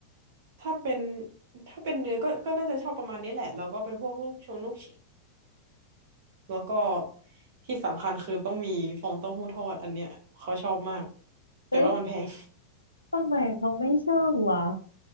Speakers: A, on the right (about 55°); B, on the left (about 85°).
A: ถ้าเป็นถ้าเป็นเนื้อก็ก็น่าจะชอบประมาณนี้แหละแล้วก็เป็นพวกลูกชงลูกชิ้นแล้วก็ที่สำคัญคือต้องมีฟองเต้าหู้ทอดอันเนี้ยเขาชอบมากแต่ว่ามันแพง
B: เอ้ยทำไมเขาไม่ชอบวะ